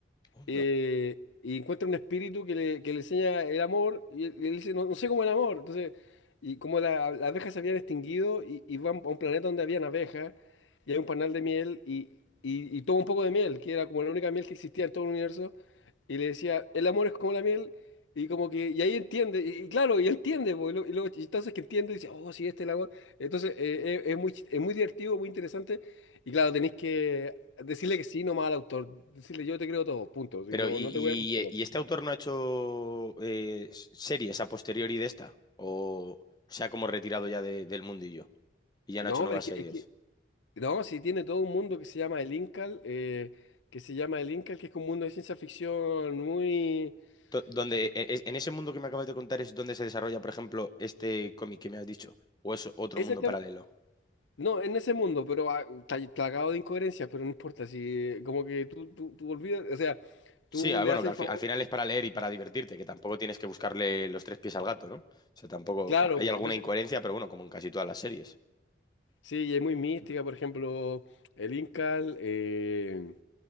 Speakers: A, on the left (about 20°); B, on the left (about 85°).
A: Onda.
B: eh, y encuentra un espíritu que le, que le enseña el amor, y él, y él dice, no, no sé cómo el amor. Entonces, y como la- las abejas se habían extinguido, y, y van a un planeta donde habían abejas, y hay un panal de miel, y, y, y toma un poco de miel, que era como la única miel que existía en todo el universo, y le decía, el amor es como la miel, y como que, y ahí entiende, y, y claro, y entiende, po, y, lo- y luego entonces que entiende, dice, oh, sí, este es el amor. Entonces, eh, es, es muy, chis- es muy divertido, muy interesante, y claro, tenéis que Decirle que sí nomás al autor, decirle yo te creo todo, punto, si
A: Pero,
B: no,
A: ¿y,
B: no te voy a cuestionar.
A: y- y este autor no ha hecho eh, series a posteriori de esta? ¿O se ha como retirado ya de- del mundillo y ya
B: No,
A: no ha hecho nuevas
B: pero es que,
A: series?
B: es que- no, si tiene todo un mundo que se llama el Incal, eh, que se llama el Incal, que es como un mundo de ciencia ficción muy...
A: Do- Donde,
B: eh,
A: e- e- en ese mundo que me acabas de contar es donde se desarrolla, por ejemplo, este cómic que me has dicho, o es otro
B: exactam-
A: mundo paralelo.
B: no, en ese mundo, pero ah, está plagado de incoherencias, pero no importa, si eh, como que tú, tú, tú olvidas, o sea,
A: Sí,
B: tú
A: ah,
B: le
A: bueno,
B: haces
A: que al,
B: el favor,
A: fi- al final es para leer y para divertirte, que tampoco tienes que buscarle los tres pies al gato, ¿no? O sea, tampoco
B: claro,
A: ah, hay
B: pues,
A: alguna
B: entonces,
A: incoherencia, pero bueno, como en casi todas las series.
B: sí, y es muy mística, por ejemplo, el Incal, eh,